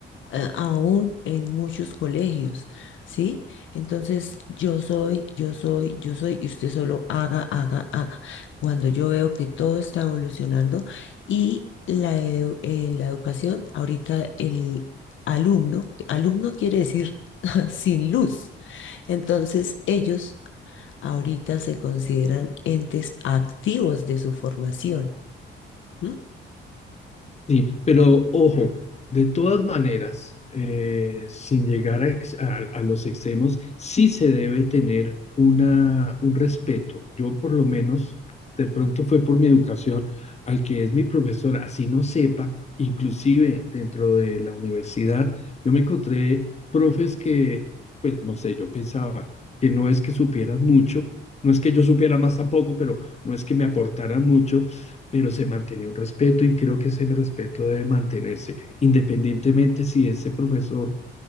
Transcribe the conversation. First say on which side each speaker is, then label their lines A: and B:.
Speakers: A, on the left (about 75°); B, on the left (about 35°).
A: eh, aún en muchos colegios, ¿sí? Entonces, yo soy, yo soy, yo soy, y usted solo haga, haga, haga. Cuando yo veo que todo está evolucionando y la, edu- en la educación, ahorita el alumno, alumno quiere decir <laughs> sin luz. Entonces, ellos ahorita se consideran entes activos de su formación. ¿M?
B: Sí, pero ojo, de todas maneras, eh, sin llegar a, ex- a- a los extremos, sí se debe tener una, un respeto. Yo por lo menos, de pronto fue por mi educación, al que es mi profesor, así no sepa, inclusive dentro de la universidad, yo me encontré profes que, pues no sé, yo pensaba que no es que supieran mucho, no es que yo supiera más tampoco, pero no es que me aportaran mucho pero se mantenía un respeto y creo que ese respeto debe mantenerse, independientemente si ese profesor,